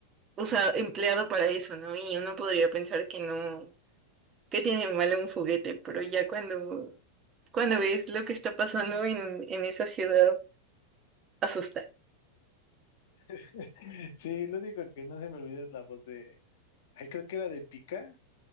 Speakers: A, on the right (about 25°); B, on the left (about 55°).
A: o sea, empleado para eso, ¿no? Y uno podría pensar que no, que tiene de malo un juguete, pero ya cuando, cuando ves lo que está pasando en, en esa ciudad, asusta.
B: <laughs> Sí, lo único que no se me olvida es la voz de, ay, creo que era de Pica,